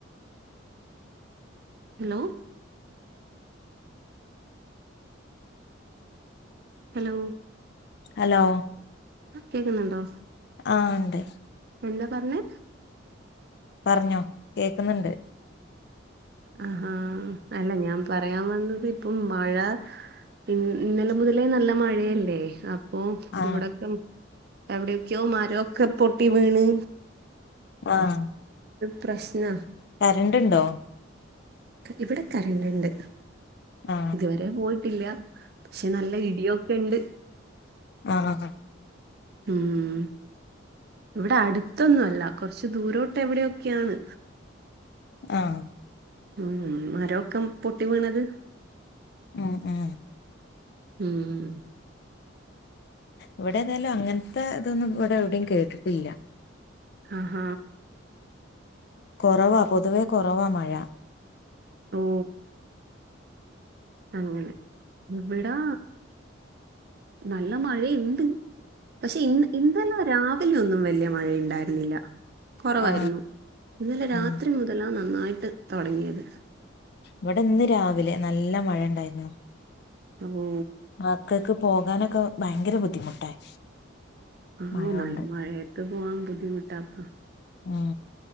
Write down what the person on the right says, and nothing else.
ഹലോ ഹലോ
കേക്കുന്നുണ്ടോ
എന്താ പറഞ്ഞേ
ആഹാ അല്ല ഞാൻ പറയാൻ വന്നത് ഇപ്പം മഴ പി ഇന്നലെ മുതലേ നല്ല മഴയല്ലേ അപ്പൊ
ഇവിടൊക്കെ എവിടെയൊക്കെയോ മരമൊക്കെ പൊട്ടി വീണ്
പ്രശ്ന
ഇവിടെ കരണ്ട്ുണ്ട്
ഇതുവരെ പോയിട്ടില്ല പക്ഷെ നല്ല ഇടിയൊക്കെ ഉണ്ട്
ഉം ഇവിടെ അടുത്തൊന്നും അല്ല കുറച്ചു ദൂരോട്ട് എവിടെൊക്കെയാണ്
ഉം മരൊക്കെ പൊട്ടി വീണത്
ഉം
ആഹ് ഹഹ
ഓ അങ്ങനെ ഇവിടാ നല്ല മഴ എന്ത് പക്ഷെ ഇന്ന് ഇന്നാല രാവിലെയ ഒന്നും വലിയ മഴയ ഉണ്ടായിരുന്നില്ല കുറവായിരുന്നു
ഇന്നലെ
രാത്രി മുതലാ നന്നായിട്ട് തുടങ്ങിയത്
ഓ
ആഹ
ന
മഴയത്ത് പോവാൻ ബുദ്ധിമുട്ടാക.